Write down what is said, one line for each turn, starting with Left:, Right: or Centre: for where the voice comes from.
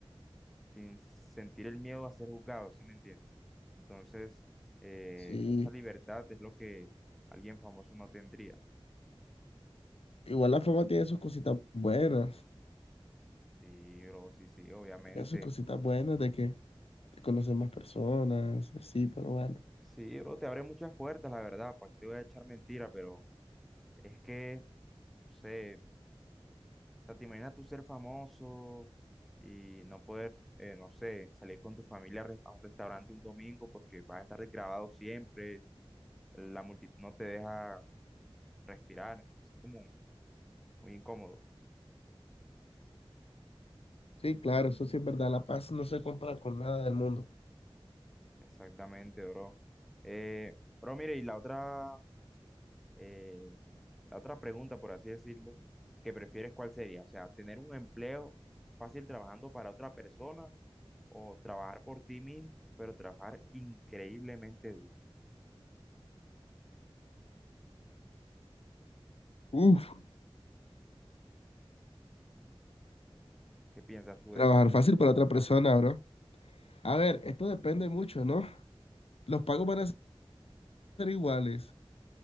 Centre: sin sentir el miedo a ser juzgado, ¿sí me entiendes? Entonces, eh,
Left: Sí.
Centre: esa libertad es lo que alguien famoso no tendría.
Left: Igual la fama tiene sus cositas buenas,
Centre: Sí, bro, sí, sí, obviamente.
Left: tiene sus cositas buenas de que te conocen más personas y así, pero bueno.
Centre: Sí, bro, te abre muchas puertas, la verdad, para que te voy a echar mentira, pero es que, no sé, o sea, te imaginas tú ser famoso y no poder, eh, no sé, salir con tu familia a re- a un restaurante un domingo porque vas a estar grabado siempre, la multitud no te deja respirar, entonces es como muy incómodo.
Left: Sí, claro, eso sí es verdad, la paz no se compra con nada del mundo.
Centre: Exactamente, bro. Eh, bro, mire, y la otra, eh, la otra pregunta, por así decirlo, que prefieres, ¿cuál sería? O sea, tener un empleo fácil trabajando para otra persona o trabajar por ti mismo, pero trabajar increíblemente duro.
Left: Uf,
Centre: ¿Qué piensas tú
Left: trabajar
Centre: de eso, bro?
Left: fácil para otra persona, bro. A ver, esto depende mucho, ¿no? Los pagos van a ser iguales,